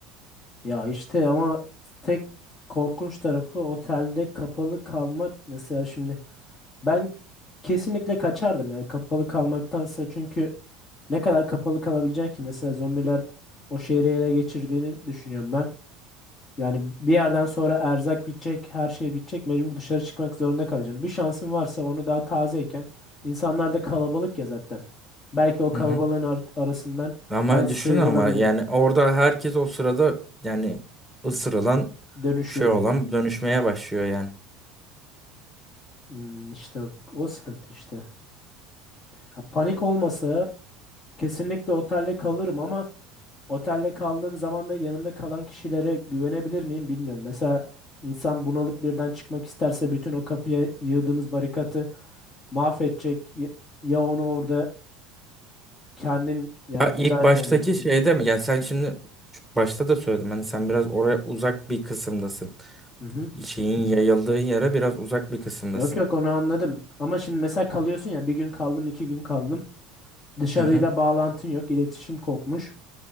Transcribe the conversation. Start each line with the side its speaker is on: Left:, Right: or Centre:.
Left: Ya işte ama tek korkunç tarafı otelde kapalı kalmak. Mesela şimdi Ben kesinlikle kaçardım ya kapalı kalmaktansa çünkü ne kadar kapalı kalabileceksin ki mesela zombiler o şehri ele geçirdiğini düşünüyorum ben. Yani bir yerden sonra erzak bitecek, her şey bitecek, mecbur dışarı çıkmak zorunda kalacağım. Bir şansın varsa onu daha tazeyken insanlar da kalabalık ya zaten. Belki o kalabalığın
Centre: Hı hı.
Left: ar- arasından
Centre: Ama
Left: ben sıyrılabilirim.
Centre: düşün ama yani orada herkes o sırada yani ısırılan
Left: Dönüşüyor
Centre: şey olan
Left: direkt.
Centre: dönüşmeye başlıyor yani.
Left: Hmm, işte o, o sıkıntı işte. Ya panik olmasa kesinlikle otelde kalırım ama Otelde kaldığım zaman da yanında kalan kişilere güvenebilir miyim bilmiyorum. Mesela insan bunalıp birden çıkmak isterse bütün o kapıya yığdığımız barikatı mahvedecek. Ya ya onu orada kendin yani
Centre: Ya
Left: feda
Centre: ilk
Left: etmen
Centre: baştaki
Left: gerekecek.
Centre: şeyde mi? Yani sen şimdi şu başta da söyledim. Hani sen biraz oraya uzak bir kısımdasın.
Left: Hı hı.
Centre: Şeyin yayıldığı yere biraz uzak bir kısımdasın.
Left: Yok yok onu anladım. Ama şimdi mesela kalıyorsun ya bir gün kaldım iki gün kaldım. Dışarıyla
Centre: Hı hı.
Left: bağlantın yok iletişim kopmuş.